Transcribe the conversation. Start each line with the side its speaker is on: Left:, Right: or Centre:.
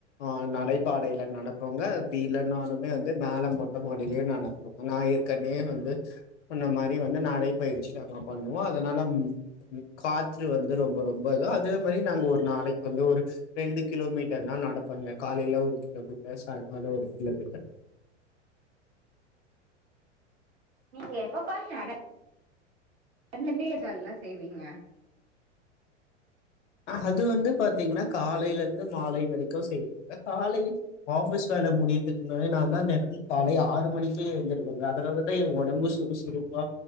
Left: ஆஹ் நடைபாடைல நடப்போங்க அப்டி இல்லன்னாலுமே வந்து மேல மொட்ட மாடியிலய நடப்போ ஆனா ஏற்கனவே வந்து சொன்ன மாரி வந்து நடைப்பயிற்சி நாங்க பண்ணுவோ அதனால காற்று வந்து ரொம்ப ரொம்ப இத அதே மாரி நாங்க ஒரு நாளைக்கு வந்து ஒரு ரெண்டு கிலோமீட்டர் நா நடப்பங்க காலைல ஒரு கிலோமீட்டர் சாய்கால ஒரு கிலோமீட்டர்
Right: நீங்க எப்ப பாரு நடந்துட்ட <inaudible> சொல்ல செய்வீங்க
Left: அது வந்து பாத்தீங்ன்னா காலைல ந்து மாலை வரைக்கும் செய்வாங்க காலை ஆபீஸ் வேல முடித்துனனே நான் தான் தினம காலை ஆறு மணிக்கு எழுந்துசிருவங்க அதனாலதான் எ ஒடம்பு சுறுசுறுப்பா